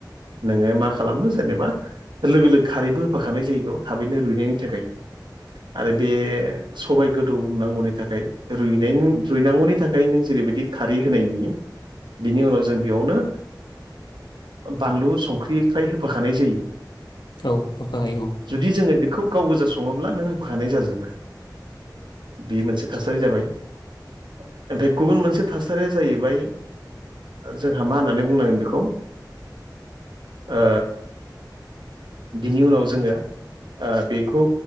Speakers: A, on the right; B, on the left.
A: नोङो मा खालामो जेनेबा लोगो लोगो खारैबो होफाखानाय जायो बेयाव थाबैनो रुइनायनि थाखाय आरो बे समाय गोदौ नांगौनि थाखाय रुइ रुइनांगौनि थाखाय नों जेरैबायदि खारै होनाय नुयो बिनि उनाव जों बेयावनो बानलु संख्रि फ्राय होफाखानाय जायो
B: औ होफाखायो औ
A: जुदि जोङो बेखौ गाव गोजा सङोब्ला नों होफाखानाय जाजोबो बे मोनसे थासारि जाबाय ओमफफ्राय गुबुन मोनसे थासारिया जाहैबाय जोंहा मा होननानै बुंनांगोन बेखौ ओ बिनि उनाव जोङो ओ बेखौ